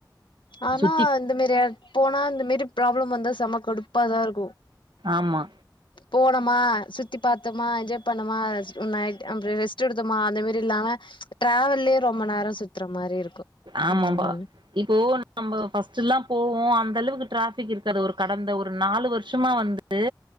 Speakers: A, on the left (about 90°); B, on the right (about 75°).
A: ஆனா
B: சுத்தி
A: அந் இந்த மேரி எட் போனா இந்த மேரி ப்ராப்ளம் வந்தா செமக்கடுப்பாதா இருக்கு
B: ஆமா
A: போனமா சுத்திப் பாத்தோமா என்ஜாய் பண்ணமாச் நைட் அம் ரெஸ்ட் எடுத்தோமா அந்த மேரி இல்லாம டிராவெல்லியே ரொம்ப நேரோ சுத்ற மாரி இருக்கு
B: ஆமாம்பா
A: ம்
B: இப்போ நம்ம ஃபஸ்ட்டுல்லாம் போவோ அந்தளவுக்கு ட்ராஃப் பிக் இருக்காது ஒரு கடந்த ஒரு நாலு வருஷமா வந்துட்டு